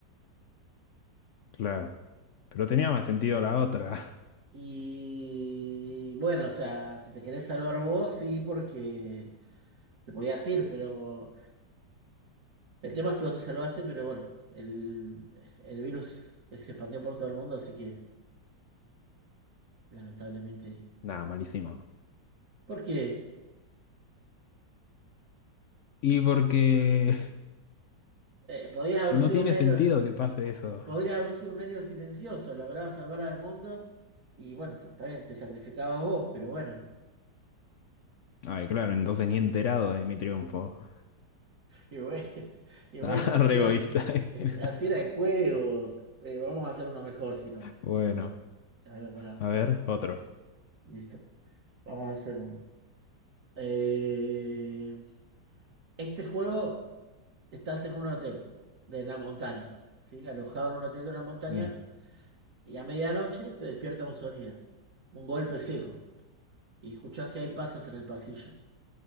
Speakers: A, on the left (about 80°); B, on the right (about 55°).
A: Claro. Pero tenía más sentido la otra.
B: Y bueno, o sea, si te querés salvar vos, sí, porque te podías ir, pero el tema es que vos te salvaste, pero bueno, el, el virus se expandió por todo el mundo, así que lamentablemente.
A: <laughs> Nada, malísimo.
B: Porque
A: Y porque
B: eh, podías haber
A: no
B: sido
A: tiene
B: un héroe,
A: sentido que pase eso.
B: podrías haber sido un héroe silencioso, lograbas salvar al mundo, y bueno, está está bien, te sacrificabas vos, pero bueno.
A: Ay, claro, entonces ni enterado de mi triunfo. <laughs>
B: Y bueno, <laughs> y bueno,
A: Ah,
B: así
A: re
B: era
A: egoísta.
B: el,
A: <laughs>
B: ju- así era el juego. eh, vamos a hacer uno mejor, si no.
A: Bueno,
B: A ver, pará.
A: a ver, otro.
B: Listo. Vamos a hacer uno. Eh, este juego estás en un hotel de la montaña, ¿sí? Alojado en un hotel de una montaña
A: Mm.
B: y a medianoche te despierta un sonido, un golpe seco y escuchás que hay pasos en el pasillo.